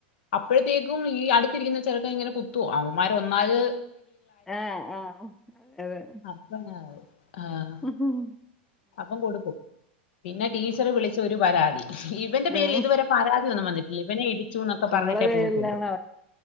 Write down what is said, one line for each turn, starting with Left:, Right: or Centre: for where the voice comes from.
Left: അപ്പോഴത്തേക്കും ഈ അട്ത്തിരിക്ക്ന്ന ചെറ്ക്കൻ ഇങ്ങനെ കുത്തു അവന്മാര് ഒന്നാത്
Centre: ആഹ് ആഹ് അതെ
Left: ആഹ്
Centre: ഹം
Left: അപ്പം കൊടുക്കും പിന്നെ ടീച്ചറ് വിളിച്ചൊരു പരാതി ഇവന്റെ പേരില്
Centre: ആഹ്
Left: ഇതുവരെ പരാതിയൊന്നും വന്നിട്ടില്ല ഇവനെ ഇടിച്ചുന്നൊക്കെ പറഞ്ഞിട്ടേ
Centre: അവളെ പേരിലാണ്
Left: പോയിട്ടുണ്ട്